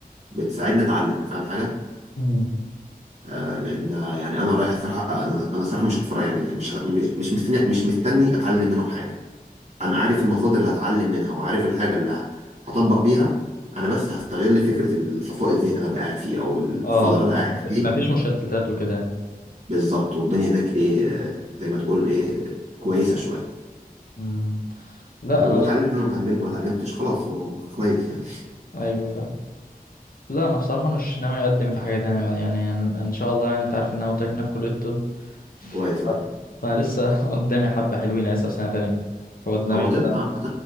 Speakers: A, on the right (about 45°); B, on the left (about 65°).
A: بتساعدني اتعلم فاهم حاجه
B: مم.
A: آه لان يعني انا رايح صراحه انا انا صراحه مش هتفرج يعني مش ه- مش مش مستني مش مستني اتعلم منهم حاجه انا عارف المصادر اللي هتعلم منها وعارف الحاجه اللي هطبق بيها انا بس هستغل فكره الصفاء الذهني اللي أنا بقى قاعد فيه او الفضل
B: اه
A: اللي أنا بقى قاعد فيه
B: ما فيش مشتتات وكده يعني
A: بالظبط والدنيا هناك ايه آه، زي ما تقول ايه آه، كويسه شويه
B: مم. لا
A: واتعلمت
B: انا بصراحه
A: اللي انا اتعلمت ما اتعلمتش خلاص هو كويس يعني
B: ايوه فاهم لا انا بصراحه مش ناوي اقدم في حاجه تانية بعد يعني أنا- ان شاء الله يعني انت عارف ان انا قلت لك إن أنا في كليه الطب
A: <laughs> كويس
B: ف-
A: اه
B: فانا لسه <laughs> قدامي حبه حلوين أنا لسه في سنه تانية فقدامي
A: هو
B: بتاع
A: طب عامة